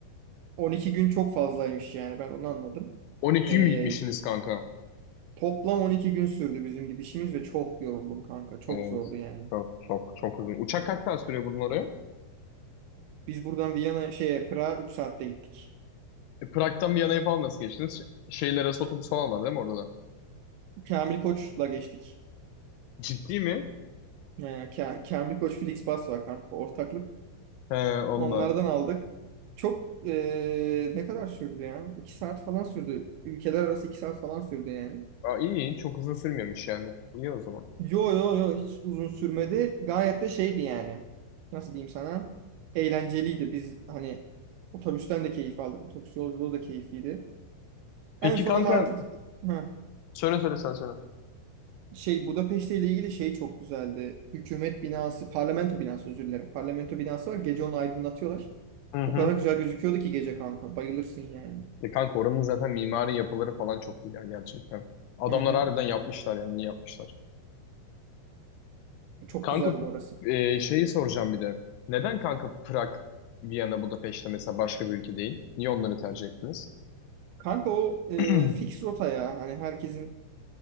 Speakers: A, on the right; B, on the left.
A: 12 gün çok fazlaymış yani ben onu anladım.
B: 12
A: Ee,
B: gün mü gitmişsiniz kanka?
A: toplam 12 gün sürdü bizim gidişimiz ve çok yoruldum kanka. Çok
B: Evet.
A: zordu yani.
B: Çok çok çok uzun. Uçak kaç saat sürüyor buradan oraya?
A: Biz buradan Viyana şeye Prag'a 3 saatte gittik.
B: E, Prag'dan Viyana'ya falan nasıl geçtiniz? Ş- Şeyler arası otobüs falan var değil mi orada da?
A: Kamil Koç'la geçtik.
B: Ciddi mi?
A: Yani Ka- Kamil Koç Flixbus var kanka ortaklık.
B: He onunla.
A: Onlardan aldık. Çok ee, ne kadar sürdü ya? 2 saat falan sürdü. Ülkeler arası 2 saat falan sürdü yani.
B: Aa, iyi iyi. çok uzun sürmüyormuş yani. İyi o zaman.
A: Yo yo yo hiç uzun sürmedi. Gayet de şeydi yani. Nasıl diyeyim sana? Eğlenceliydi. Biz hani otobüsten de keyif aldık. Otobüs yolculuğu da keyifliydi.
B: Peki
A: En son
B: kanka
A: ama artık ha,
B: Söyle söyle sen söyle.
A: şey Budapeşte ile ilgili şey çok güzeldi. Hükümet binası, parlamento binası özür dilerim. Parlamento binası var. Gece onu aydınlatıyorlar.
B: Hı hı.
A: O kadar güzel gözüküyordu ki gece kanka. Bayılırsın yani.
B: E kanka oranın zaten mimari yapıları falan çok iyi ya gerçekten. Adamlar
A: Hı hı.
B: harbiden yapmışlar yani iyi yapmışlar.
A: Çok
B: Kanka
A: güzeldi orası.
B: e, şeyi soracağım bir de. Neden kanka Prag, Viyana, Budapeşte mesela başka bir ülke değil? Niye onları tercih ettiniz?
A: Kanka o e,
B: <clears throat>
A: fix rota ya. Hani herkesin